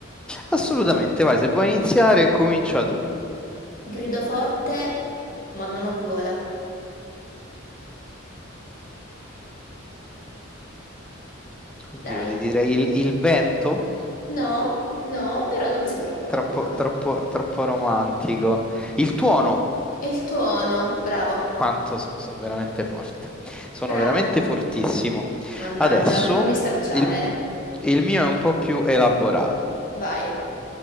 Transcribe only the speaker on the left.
Grido forte, ma non ho gola.
Dai.
No, no, però non sei troppo
lontana.
E Il tuono, bravo,
bravo.
Mannaggia,
non mi stracciare,
eh. Vai.